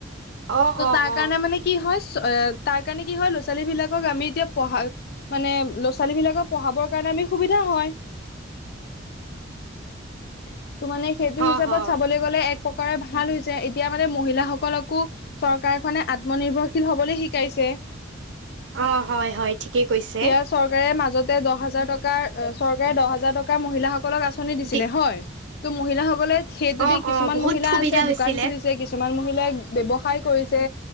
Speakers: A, on the right; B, on the left.
A: অ'
B: ত'
A: অ'
B: তাৰ কাৰণে
A: অ'
B: মানে কি হয় <unintelligible> তাৰ কাৰণে কি হয় ল'ৰা ছোৱালীবিলাকক আমি এতিয়া পঢ়া মানে ল'ৰা ছোৱালী বিলাকক পঢ়াবৰ কাৰণে আমি সুবিধা হয়। ত' মানে সেইটো
A: অ'
B: হিচাপত
A: হয়
B: চাবলৈ গ'লে এক প্ৰকাৰে ভাল হৈছে এতিয়া মানে মহিলাসকলকো চৰকাৰখনে আত্মনিৰ্ভৰশীল হ'বলৈ শিকাইছে।
A: অ' হয় হয় ঠিকেই কৈছে।
B: এতিয়া চৰকাৰে <unintelligible> দহ হাজাৰ টকাৰ চৰকাৰে দহ হাজাৰ টকাৰ মহিলাসকলক আঁচনি দিছিলে
A: দি
B: হয়। ত' মহিলাসকলে সেইটো দি
A: অ'
B: কিছুমান
A: অ' বহুত
B: মহিলা
A: সুবিধা
B: আছে দোকান
A: হৈছিলে
B: খুলিছে কিছুমান মহিল <unintelligible> ব্যৱসায় কৰিছে